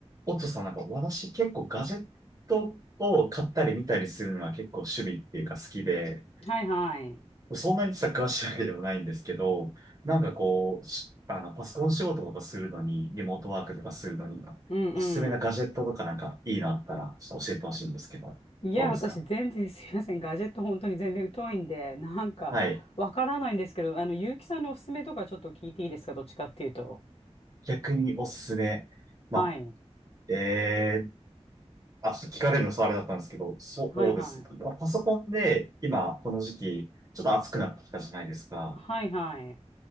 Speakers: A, on the right (about 30°); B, on the left (about 60°).
A: おとさんなんか私結構ガジェットを買ったり見たりするのは結構趣味っていうか好きで、
B: はいはい。
A: そんなに実は詳しいわけではないんですけど、なんかこう、しあの、パソコン仕事とかするのに、リモートワークとかするのに、
B: うんう
A: おすすめなガジェットとかなんかいいのあったらちょっと教えてほしいんですけど、
B: ん。いや、
A: どうですか
B: 私全然すいません。ガジェット本当に全然疎いんで、なんかわからないんですけど、
A: はい。
B: あの、結城さんのおすすめとかちょっと聞いていいですかどっちかっていうと。
A: 逆におすすめ。まあ、
B: はい。
A: えー、あ、ちょっと聞かれるのそあれだったんですけど、そうです。
B: はいはい。
A: まあパソコンで今この時期、ちょっと暑くなってきたじゃないですか。
B: はいはい。